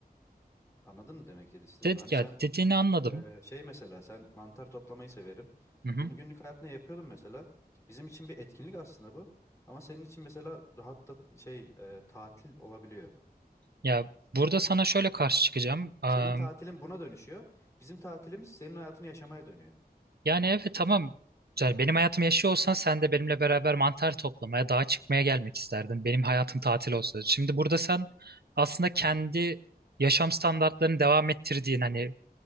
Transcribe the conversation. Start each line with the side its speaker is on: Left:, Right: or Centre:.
Left: Anladın mı demek ki istedim?
Right: De-
Left: Hani
Right: ya
Left: sen
Right: dediğini anladım.
Left: eee, şey mesela sen mantar toplamayı severim. Ha,
Right: Hı hı.
Left: Bunu günlük hayatında yapıyordun mesela. Bizim için bir etkinlik aslında bu. Ama senin için mesela rahat da şey eee, tatil olabiliyor.
Right: Ya burada sana şöyle karşı çıkacağım. Am,
Left: Senin tatilin buna dönüşüyor. Bizim tatilimiz senin hayatını yaşamaya dönüyor.
Right: yani evet tamam. Yani benim hayatımı yaşıyor olsan sen de benimle beraber mantar toplamaya, dağa çıkmaya gelmek isterdin. Benim hayatım tatil olsa. Şimdi burada sen aslında kendi yaşam standartlarını devam ettirdiğin hani